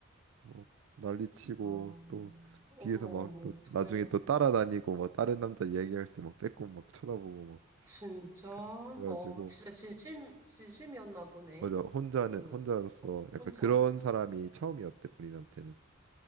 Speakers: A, on the right (about 75°); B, on the right (about 20°).
A: 막 난리치고
B: 아, 어머,
A: 또
B: 어머,
A: 뒤에서 막 또
B: 어떡해.
A: 나중에 또 따라다니고 막 다른 남자 얘기할 때 막 빼꼼 막 쳐다보고 막
B: 진짜?
A: 그래- 그래가지고
B: 어, 진짜 진심, 진심이었나 보네.
A: 맞아 혼자는
B: 그,
A: 혼자로서
B: 어,
A: 약간
B: 혼자?
A: 그런 사람이 처음이었대 본인한테는.